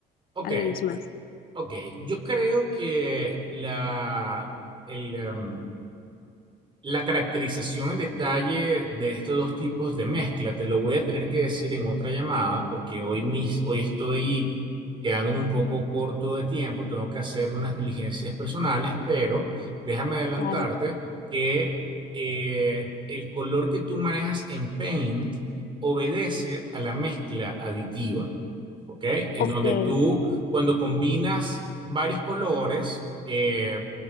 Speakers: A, on the right; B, on the left.
A: ok,
B: algunos más.
A: ok. Yo creo que la, el, em, La caracterización en detalle de estos dos tipos de mezcla te lo voy a tener que decir en otra llamada porque hoy, mis, hoy estoy quedándome un poco corto de tiempo, tengo que hacer unas diligencias personales, pero déjame adelantarte
B: Claro.
A: que eh, el color que tú manejas en Paint obedece a la mezcla aditiva, ¿ok? En
B: Ok,
A: donde tú cuando combinas varios colores, eh,